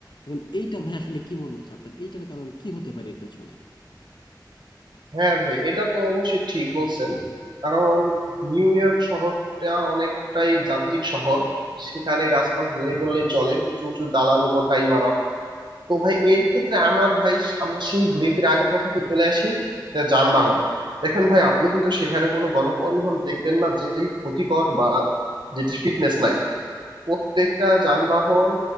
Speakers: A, on the left; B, on the right.
A: এখন এইটা ভাই আসলে কি মনে হচ্ছে আপনার এইটার কারণ কি হতে পারে এর পেছনে
B: হ্যাঁ ভাই এটা তো অবশ্যই ঠিক বলছেন কারণ নিউ ইয়র্ক শহরটা অনেকটাই যান্ত্রিক শহর সেখানে গাছপালা নেই বললেই চলে উঁচু উঁচু দালান কোঠা ইমারত তো ভাই এর ক্ষেত্রে আমার ভাই আমরা সেই ঘুরে ফিরে আগের কথাতে চলে আসি যে যানবাহন দেখেন ভাই আপনি কিন্তু সেখানে কোনো গণপরিবহন দেখবেন না যেটি ক্ষতিকর বা যেটি ফিটনেস নাই প্রত্যেকটা যানবাহন